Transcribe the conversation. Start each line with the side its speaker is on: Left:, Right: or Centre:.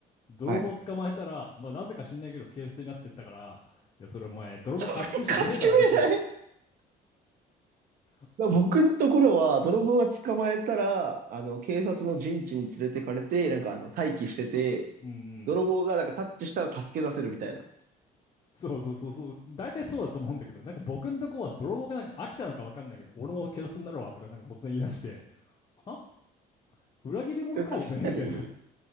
Left: 泥棒を捕まえたら、
Right: はい。
Left: まあなぜか知んないけど警察になってったから、いや、それお前、泥棒過失心ねえだろみたいな。
Right: それ勝ち目ない。
Left: <laughs>
Right: だ僕のところは、
Left: まあ
Right: 泥棒が捕まえたら、あの、警察の陣地に連れてかれて、なんかあの、待機してて、
Left: うんうん。
Right: 泥棒がなんかタッチしたら助け出せるみたいな。
Left: そうそうそうそう、大体そうだと思うんだけど、なんか僕のとこは泥棒がなんか飽きたのかわかんないけど、俺も警察になるわとかなんか突然言い出して、あ裏切り者かおめえみたいな。
Right: でも確かに、